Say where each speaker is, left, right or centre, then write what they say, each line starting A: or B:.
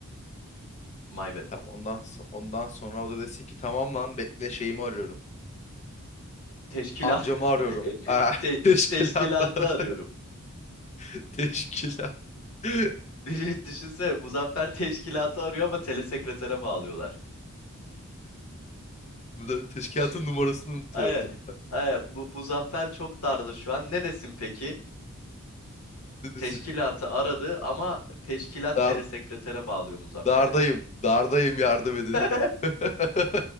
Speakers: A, on the left; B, on the left.
A: my bad.
B: Tamam ondan, so- ondan sonra o da desin ki tamam lan bekle şeyimi arıyorum.
A: Teşkila
B: Amcamı arıyorum.
A: <laughs>
B: Ah,
A: Te-
B: <laughs> teşkilatlar.
A: teşkilatı arıyorum.
B: <laughs> Teşkilat. <laughs>
A: <laughs> Düşün- Düşünsene Muzaffer teşkilatı arıyor ama telesekretere bağlıyorlar.
B: Bu da teşkilatın
A: <laughs>
B: numarasını unutuyorum
A: Aynen.
B: zaten.
A: Aynen. Bu, Muzaffer çok darda şu an. Ne desin peki?
B: Ne desin?
A: Teşkilatı aradı ama teşkilat
B: Dar,
A: telesekretere bağlıyor Muzaffer'i.
B: dardayım. Dardayım yardım edin.
A: <laughs>
B: <laughs>